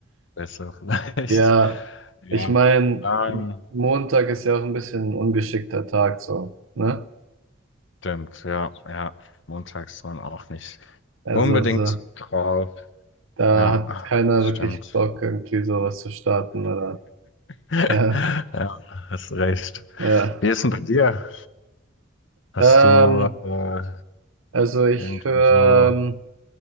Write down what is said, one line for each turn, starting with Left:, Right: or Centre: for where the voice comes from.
Left: besser vielleicht.
Right: ja,
Left: Ja,
Right: ich meine,
Left: Ähm,
Right: Montag ist ja auch ein bisschen ein ungeschickter Tag so, ne?
Left: stimmt, ja, ja. Montags waren auch nicht
Right: Also
Left: unbedingt
Right: so,
Left: drauf.
Right: da
Left: Ja,
Right: hat keiner
Left: das
Right: wirklich
Left: stimmt.
Right: Bock, irgendwie sowas zu starten, oder?
Left: <laughs>
Right: <laughs>
Left: Ja, hast recht.
Right: Ja.
Left: Wie ist denn bei dir? Hast
Right: Ähm,
Left: du äh,
Right: also ich
Left: irgendwie
Right: höre,
Left: so
Right: ähm,